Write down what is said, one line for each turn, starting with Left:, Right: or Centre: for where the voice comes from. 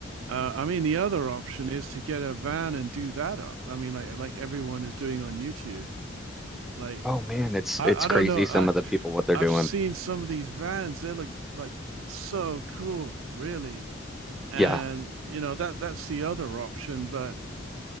Right: Uh, I mean, the other option is to get a van and do that up. I mean, like like everyone is doing on YouTube. Like
Centre: oh man it's
Right: I,
Centre: it's
Right: I
Centre: crazy
Right: don't know.
Centre: some
Right: I
Centre: of the people what they're
Right: I've
Centre: doing
Right: seen some of these vans. They look like so cool, really. And
Centre: yeah
Right: you know that that's the other option. But